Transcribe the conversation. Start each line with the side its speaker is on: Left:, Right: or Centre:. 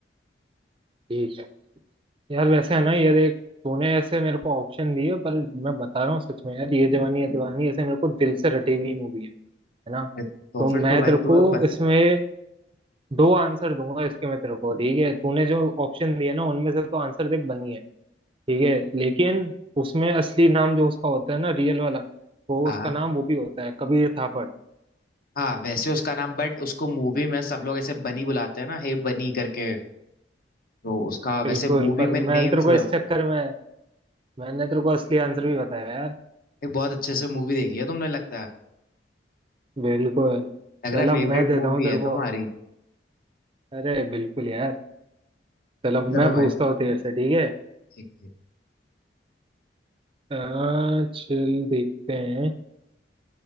Right: ठीक है यार वैसे है ना ये देख तूने ऐसे मेरे को ऑप्शन दिए पर मैं बता रहा हूँ सच में यार ये जवानी है दीवानी ऐसे मेरे को दिल से रटी हुई मूवी है है ना
Left: अरे तो
Right: तो मैं
Left: फिर तो भाई
Right: तेरे
Left: तुम्हें
Right: को
Left: पता
Right: इसमें दो आंसर दूंगा इसके मैं तेरे को ठीक है तूने जो ऑप्शन दिए ना उनमें से तो आंसर देख बनी है ठीक है लेकिन उसमें असली नाम जो उसका होता है ना रियल वाला वो
Left: हाँ
Right: उसका नाम वो भी होता है कबीर थापड़
Left: हाँ वैसे उसका नाम बट उसको मूवी में सब लोग ऐसे बनी बुलाते हैं ना हे बनी करके तो उसका
Right: बिल्कुल
Left: वैसे मूवी
Right: पर
Left: में नेम
Right: मैं तेरे
Left: जो
Right: को
Left: है
Right: इस
Left: वो
Right: चक्कर में मैंने तेरे को असली आंसर भी बताया यार
Left: एक बहुत अच्छे से मूवी देखी है तुमने लगता है
Right: बिल्कुल
Left: लग रहा
Right: चलो
Left: है फेवरेट
Right: मैं देता
Left: मूवी
Right: हूँ तेरे
Left: है
Right: को
Left: तुम्हारी
Right: अरे बिल्कुल यार चलो
Left: चलो
Right: मैं
Left: भाई
Right: पूछता हूँ तेरे से ठीक है
Left: ठीक ठीक
Right: अ, चल देखते हैं